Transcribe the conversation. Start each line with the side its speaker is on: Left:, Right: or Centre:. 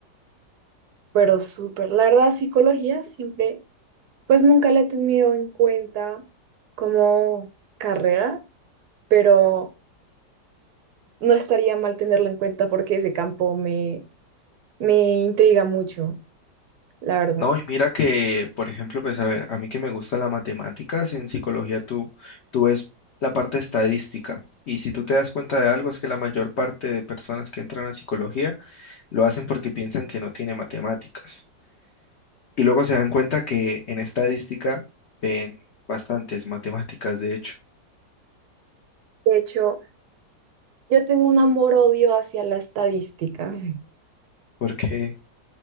Right: Pero súper, la verdad, psicología siempre, pues nunca la he tenido en cuenta como carrera, pero no estaría mal tenerla en cuenta porque ese campo me, me intriga mucho, la verdad.
Left: No, y mira que, por ejemplo, pues a ver, a mí que me gusta la matemáticas, en psicología tú, tú ves la parte estadística. Y si tú te das cuenta de algo, es que la mayor parte de personas que entran a psicología lo hacen porque piensan que no tiene matemáticas. Y luego se dan cuenta que en estadística ven bastantes matemáticas, de hecho,
Right: De hecho, Yo tengo un amor-odio hacia la estadística.
Left: porque